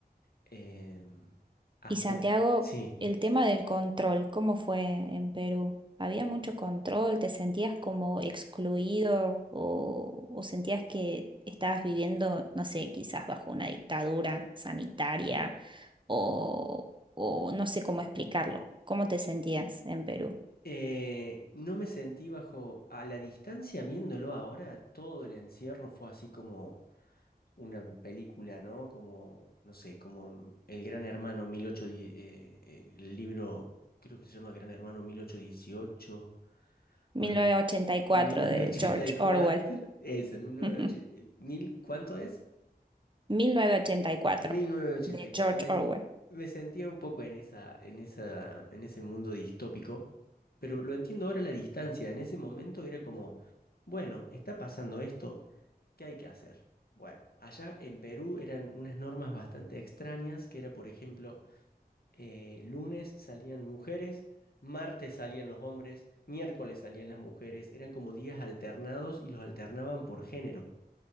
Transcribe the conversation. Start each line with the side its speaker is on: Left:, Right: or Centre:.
Left: Em, hasta,
Right: Y Santiago,
Left: sí,
Right: el tema del control, ¿cómo fue en Perú? ¿Había mucho control? ¿Te sentías como excluido o, o sentías que estabas viviendo, no sé, quizás bajo una dictadura sanitaria o, o no sé cómo explicarlo? ¿Cómo te sentías en Perú?
Left: Eh, no me sentí bajo, a la distancia viéndolo ahora, todo el encierro fue así como una película, ¿no? Como, no sé, como El Gran Hermano 1810, eh, eh, el libro, creo que se llama Gran Hermano mil ochocientos dieciocho
Right: Mil
Left: Bueno,
Right: novecientos ochenta y cuatro
Left: 1984,
Right: de George Orwell.
Left: eso, 1980,
Right: <laughs>
Left: ¿mil cuánto es?
Right: 1984
Left: 1984.
Right: de George
Left: Me,
Right: Orwell.
Left: me sentía un poco en esa, en esa, en ese mundo distópico, pero lo entiendo ahora a la distancia. En ese momento era como, bueno, está pasando esto, ¿qué hay que hacer? Bueno, allá en Perú eran unas normas bastante extrañas, que era, por ejemplo, eh, lunes salían mujeres, martes salían los hombres, miércoles salían las mujeres, eran como días alternados y los alternaban por género.